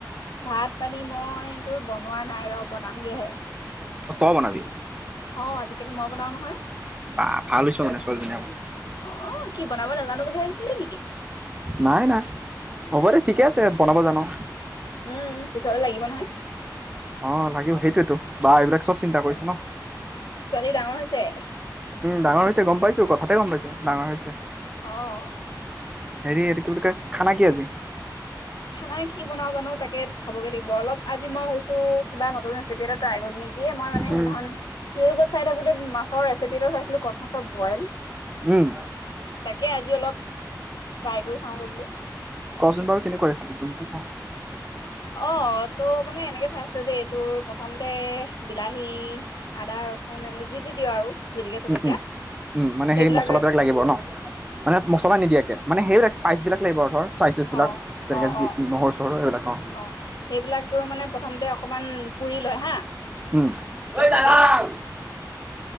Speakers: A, on the left; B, on the right.
A: ভাত পানী মই তোৰ বনোৱা নাই ৰ বনামগেহে
B: ত' বনাবি
A: অ আজিকালি মই বনাও নহয়
B: বা ভালছো মানে ছোৱালীজন আ
A: অ কি বনাব নাজানো বুলি ভাবিছিলি নেকি?
B: নাই নাই হ'ব দেই ঠিকে আছে বনাব জানো
A: উম পিছলে লাগিব নহয়
B: অ লাগিব সেইটোয়েতো বা এইবিলাক চব চিন্তা কৰিছে ন
A: ছোৱালী ডাঙৰ হৈছে
B: ডাঙৰ হৈছে গম পাইছোঁ কথাতে গম পাইছোঁ ডাঙৰ হৈছে
A: অ
B: হেৰি কি বুলি কয় খানা কি আজি
A: খানা কি বনাও জানো তাকে চাবগে লাগিব অলপ আজি মই হৈছো কিবা নতুন ৰেচিপি এটা ট্ৰাই কৰিম নেকি দিয়ে মই মানে
B: উম
A: সেইনাখন ইউটিউবত চাই থাকোতে মাছৰ ৰেচিপি এটা চাই আছিলো ক মাছৰ বইল
B: উম
A: তাকে আজি অলপ ট্ৰাই কৰি চাওঁগৈ বোলো
B: কছোন বাৰু কেনেকুৱা ৰেচিপি তো কওঁ
A: অ তো মানে এনেকে চাইছিলো দেই এইটোৰ প্ৰথমতে বিলাহী আদা ৰচুন এনে যি যি দিঅ আৰু জলকীয়া জলকীয়া
B: উম উম মানে
A: সেইবিলাক
B: সেই মছলাবিলাক লাগিব ন মানে মছলা নিদিয়াকৈ মানে সেইবিলাক স্পাইচবিলাক লাগিব আৰু ধৰ চাইজ চুইচবিলাক
A: অ
B: যেনেকৈ
A: অ
B: যি
A: অ
B: নহৰু চহৰু এইবিলাক অ
A: অ সেইবিলাক তো মানে প্ৰথমতে অকমান পুৰি লয় হা
B: উম
A: কেঁচাকে
B: আহ